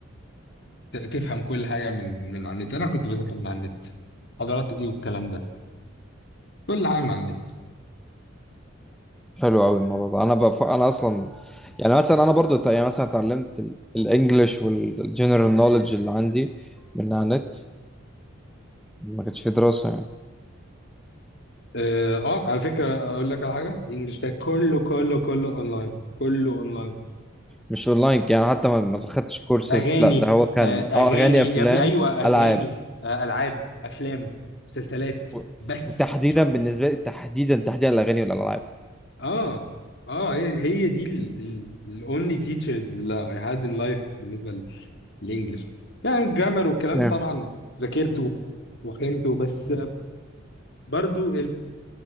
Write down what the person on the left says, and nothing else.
ت- تفهم كل حاجه من من على النت انا كنت بذاكر من على النت حضارات ايه والكلام ده كل حاجه من على النت
اه آه، على فكره اقول لك على حاجه الانجليش ده كله كله كله اونلاين كله اونلاين
اغاني
آه، اغاني
يا ابني ايوه اغاني
آه، العاب افلام مسلسلات
بس
مش اكتر
اه اه هي هي دي الاونلي تيتشرز اللي اي هاد ان لايف بالنسبه للانجلش يعني الجرامر والكلام
طبعا ذاكرته وفهمته بس آه، برضو